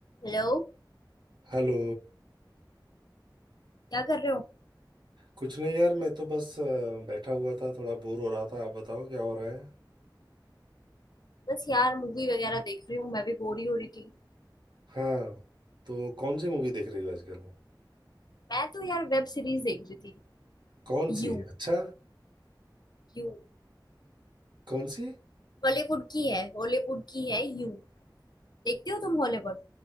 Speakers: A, on the left; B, on the right.
A: Hello
B: Hello
A: क्या कर रहे हो
B: कुछ नहीं यार मैं तो बस अ, बैठा हुआ था थोड़ा बोर हो रहा था आप बताओ क्या हो रहा है
A: बस यार मूवी वगैरह देख रही हूँ मैं भी बोर ही हो रही थी
B: हाँ तो कौन सी मूवी देख रही हो आजकल
A: मैं तो यार वेब सीरीज देख रही थी
B: कौन सी
A: यू
B: अच्छा
A: यू
B: कौन सी
A: बॉलीवुड की है हॉलीवुड की है यू देखते हो तुम हॉलीवुड